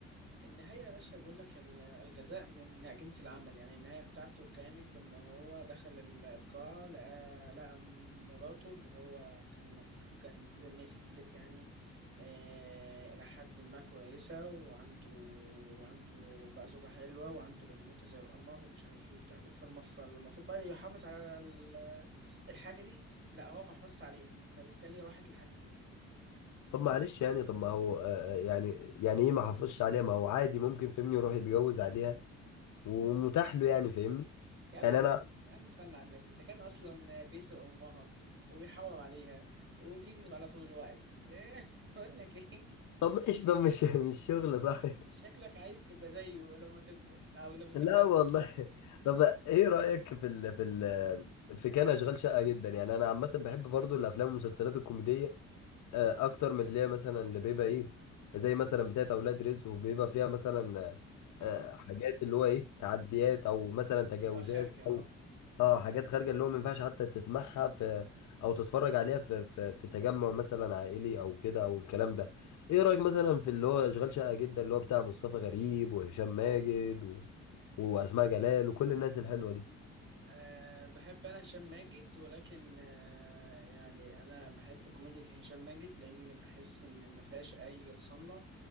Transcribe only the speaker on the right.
النهاية يا باشا بيقول لك ال- الجزاء من جنس العمل يعني النهاية بتاعته كانت إن هو دخل ال- القاعة لقى, لقى مراته اللي هو كان المفروض كانت المفروض إن هي ست بيت يعني آه إلى حد ما كويسة وعنده وعنده بقى زوجة حلوة وعنده بنوتة زي القمر ومش عارف إيه وبتاع فالمف- فالمفروض بقى يحافظ على ال- الحاجة دي لأ هو ما حافظش عليها فبالتالي هي راحت لحد تاني
يا عم
يا عم صل على النبي ده كان اصلا بيسرق امها ويحور عليها وبيكذب عليها طول الوقت <laughs> إيه؟ اقول لك ايه
انت شكلك عايز تبقى زيه لما تكبر او لما تتجوز
اه
بتبقى خارج اه
أه بحب أنا هشام ماجد ولكن أه يعني أنا بحب كوميديا هشام ماجد لأن بحس إن ما فيهاش أي صنة